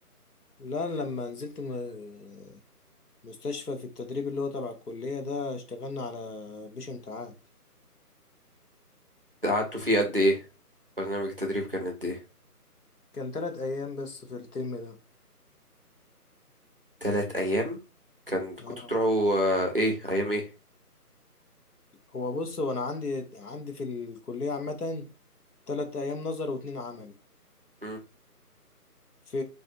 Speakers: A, on the left (about 70°); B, on the right (about 35°).
A: لا لما نزلت م- مستشفى في التدريب اللي هو تبع الكلية ده اشتغلنا على بيشنت عادي
B: قعدتوا فيه قد ايه برنامج التدريب كان قد ايه
A: كان تلات ايام بس في الترم ده
B: تلات أيام كان كنتوا
A: اه
B: بتروحوا آه، إيه أيام إيه
A: هو بص هو انا عندي عندي في الكلية عامة تلات ايام نظر واتنين عمل
B: مم.
A: في